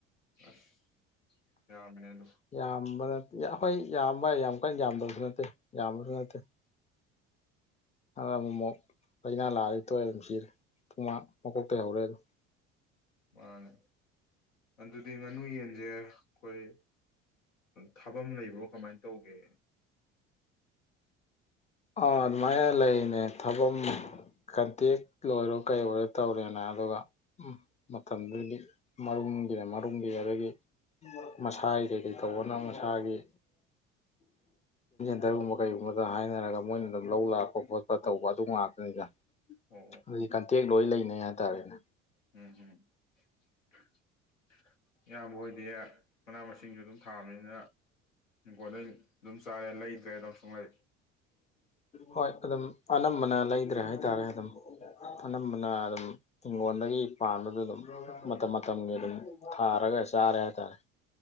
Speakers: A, on the left; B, on the left.
A: ꯑꯁ ꯑꯗꯨ
B: ꯌꯥꯝꯕ ꯅꯠꯇꯦ ꯑꯩꯈꯣꯏ ꯌꯥꯝꯕ ꯍꯥꯏꯁꯦ ꯌꯥꯝ ꯀꯟꯅ ꯌꯥꯝꯕꯁꯨ ꯅꯠꯇꯦ ꯌꯥꯝꯕꯁꯨ ꯅꯠꯇꯦ ꯑꯗꯨꯅ
A: ꯎꯝ
B: ꯑꯃꯣꯛ ꯃꯣꯛ ꯂꯥꯏꯅꯥ ꯂꯥꯛꯑꯗꯤ ꯇꯣꯛꯑꯦ ꯑꯗꯨꯝ ꯁꯤꯔꯦ ꯄꯨꯡꯃꯥꯡ ꯃꯀꯣꯛ ꯇꯩ ꯍꯧꯔꯦ ꯑꯗꯨꯝ
A: ꯃꯥꯅꯦ ꯑꯗꯨꯗꯤ ꯉꯥꯅꯨ ꯌꯦꯟ ꯁꯦ ꯑꯩꯈꯣꯏ ꯊꯥꯕꯝ ꯂꯩꯕ꯭ꯔꯣ ꯀꯃꯥꯏꯅ ꯇꯧꯒꯦ
B: ꯑꯣ
A: ꯍꯥꯏꯗꯤ
B: ꯑꯗꯨ ꯃꯥꯏ ꯅ ꯂꯩꯅꯦ ꯊꯥꯕꯝ ꯀꯟꯇꯦꯛ ꯑꯣꯏꯔꯣ ꯀꯩ ꯑꯣꯏꯔꯣ ꯇꯧꯔꯦꯅ ꯑꯗꯨꯒ ꯃꯇꯝꯗꯨꯒꯤ ꯃꯔꯨꯝꯒꯤꯅ ꯃꯔꯨꯝꯒꯤ ꯑꯗꯒꯤ ꯃꯁꯥꯒꯤ ꯀꯩꯀꯩ ꯇꯧꯕꯅ ꯑꯃ ꯊꯥꯒꯤ ꯇꯔꯨꯨꯝꯕ ꯀꯩꯒꯨꯝꯕꯗ‌ꯣ ꯍꯥꯏꯅꯔꯒ ꯃꯣꯏꯅ ꯑꯗꯨꯝ ꯂꯧ ꯂꯥꯛꯄ ꯈꯣꯠꯄ ꯇꯧꯕ ꯑꯗꯨ ꯉꯥꯛꯇꯅꯤꯗ
A: ꯑꯣ
B: ꯑꯗꯨꯗꯤ ꯀꯟꯇꯦꯛ ꯂꯣꯏ ꯂꯩꯅꯤ ꯍꯥꯏ ꯇꯕꯦꯅꯦ
A: ꯎꯝ ꯍꯝ <inaudible> ꯏꯌꯥꯝꯕ ꯍꯣꯏꯗꯤ ꯄꯅꯥꯃꯁꯤ ꯇꯤꯡꯁꯨ ꯑꯗꯨꯝ ꯊꯥꯕꯅꯤꯅ ꯏꯪꯒ‌ꯣꯟꯗ ꯑꯗꯨꯝ ꯆꯥꯔꯦ ꯂꯩꯗ꯭ꯔꯦ ꯑꯗꯨꯝ ꯁꯨꯛꯂꯩ
B: ꯍꯣꯏ ꯑꯗꯨꯝ ꯑꯅꯝꯕꯅ ꯂꯩꯗ꯭ꯔꯦ ꯍꯥꯏ ꯇꯥꯔꯦ ꯑꯗꯨꯝ ꯑꯅꯝꯕꯅ ꯑꯗꯨꯝ ꯍꯤꯡꯒꯣꯟꯗꯒꯤ ꯄꯥꯟꯕꯗꯨ ꯑꯗꯨꯝ ꯃꯇꯝ ꯃꯇꯝꯒꯤ ꯑꯗꯨꯝ ꯊꯥꯔꯒ ꯆꯥꯔꯦ ꯍꯥꯏ ꯇꯥꯔꯦ